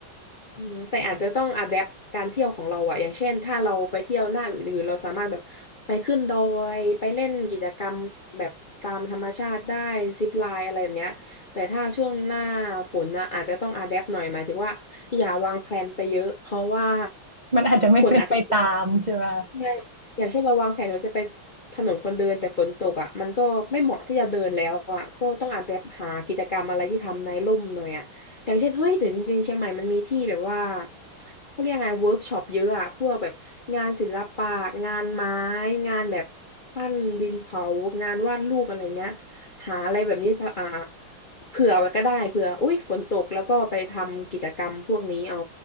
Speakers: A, on the left; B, on the right.
A: อืมแต่อาจจะต้องอะแดปการเที่ยวของเราอะอย่างเช่นถ้าเราไปเที่ยวหน้าอื่นๆเราสามารถแบบไปขึ้นดอยไปเล่นกิจกรรมแบบตามธรรมชาติได้ซิปไลน์อะไรแบบเนี้ยแต่ถ้าช่วงหน้าฝนนะอาจจะต้องอะแดปหน่อยหมายถึงว่าอย่าวางแพลนไปเยอะเพราะว่า
B: มันอาจจะไม่เป็นไปตามใช่ไหม
A: ฝนอาจจะ ใช่อย่างเช่นเราวางแผนว่าจะไปถนนคนเดินแต่ฝนตกอ่ะมันก็ไม่เหมาะที่จะเดินแล้วอ่ะ ก็ต้องอาจจะหากิจกรรมอะไรที่ทำในร่มหน่อยอ่ะ อย่างเช่นเฮ้ยแต่จริงๆเชียงใหม่มันมีที่แบบว่าเขาเรียกไงเวิร์กช็อปเยอะอ่ะพวกแบบงานศิลปะงานไม้งานแบบปั้นดินเผางานวาดรูปอะไรแบบเนี้ยหาอะไรแบบนี้สะอ่าเผื่อไว้ก็ได้เผื่ออุ้ยฝนตกแล้วก็ไปทำกิจกรรมพวกนี้เอา